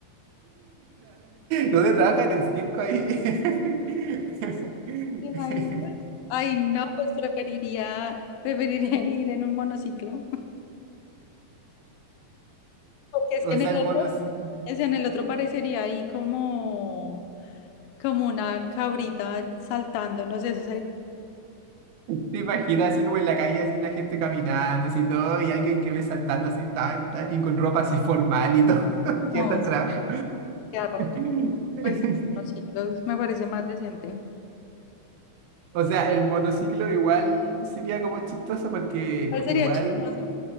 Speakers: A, on the right; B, on the left.
A: ¿Dónde trabaja en el circo ahí? <laughs>
B: ¿Te imaginas? Ay, no, pues preferiría, preferiría <laughs> ir en un monociclo. Porque es
A: O
B: que en
A: sea,
B: el
A: el
B: otro,
A: monociclo.
B: es en el otro parecería ahí como, como una cabrita saltando, no sé, eso sería...
A: ¿Te imaginas así como en la calle, así la gente caminando, así todo, y alguien que ve saltando así, tal, tal, y con ropa así formal y todo, <laughs> yendo
B: No,
A: al trabajo?
B: arroz,
A: <laughs>
B: Pues no, sí, los- me parece más decente.
A: O sea, el monociclo igual sería como chistoso porque
B: ¿Cuál sería
A: igual,
B: chistoso?